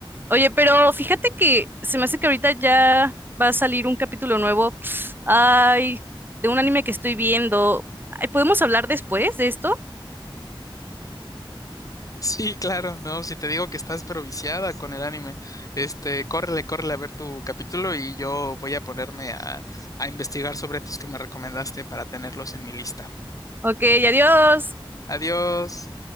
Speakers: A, on the right; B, on the left.
A: Oye, pero fíjate que se me hace que ahorita ya va a salir un capítulo nuevo. <sniffs> Ay, de un anime que estoy viendo. Ay, ¿podemos hablar después de esto?
B: Sí, claro, no, si te digo que estás pero viciada con el anime, este, córrele, córrele a ver tu capítulo y yo voy a ponerme a, a investigar sobre estos que me recomendaste para tenerlos en mi lista.
A: Ok, adiós.
B: Adiós.